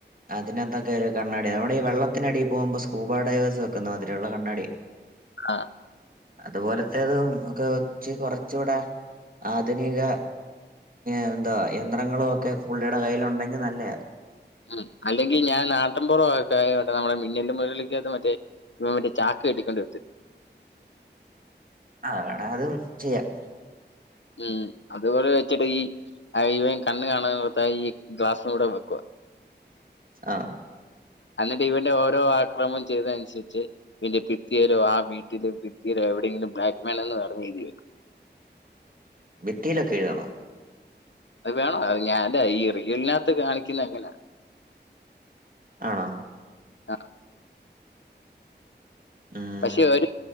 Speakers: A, on the right; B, on the left.
A: അതിനെന്തൊക്കെ ഒരു കണ്ണാടിയ അവടെ ഈ വെള്ളത്തിനടീ പോകുമ്പോ സ്കൂബ ഡ്രൈവേഴ്സ് വെക്കുന്ന മാതിരിള്ള കണ്ണാടി
B: ആ,
A: അതുപോലത്തെതും ഒക്കെ വെച്ച് കുറച്ചുകൂടെ ആധുനിക എന്താ യന്ത്രങ്ങളും ഒക്കെ പുള്ളിയുടെ കയ്യില് ഉണ്ടെങ്കി നല്ലയ
B: ഉം അല്ലെങ്കിൽ ഞാൻ നാട്ടൻപുറക്കെ ആയിട്ട് നമ്മുടെ മിന്നൽ മുരളിക്കകത് മറ്റേ ഇൻ മറ്റേ ചാക്ക് കെട്ടിക്കൊണ്ട വടുത്തി
A: അങ്ങണ അതും ചെയ്യാം.
B: ഉം അതുപോലെ വെച്ചിട്ട് ഈ അ ഇവൻ കണ്ണു കാണോത്ത ഈ ഗ്ലാസ് കൂടെ ബു
A: ആഹ
B: എന്നിട്ട് ഇവന്റെ ഓരോ ആക്രമം ചെയ്തനുസരിച്ച് ഇന്റെ പിത്തിയരോ ആ വീട്ടിലും പിിത്തിയരോ എവിടെയെങ്കിലും ബ്ലാക്ക് മാൻ എന്ന് പറഞ്ഞഴതി
A: ഭിത്തിയിലൊക്കെ എഴുതാണോ?
B: അത് വേണോ ഞാൻന്റെ ഈ ഇറിയലിനകത്ത് കാണിക്കുന്ന എങ്ങനാ
A: ആണോ?
B: ആഹ!
A: ഉം
B: പക്ഷെ ഒരു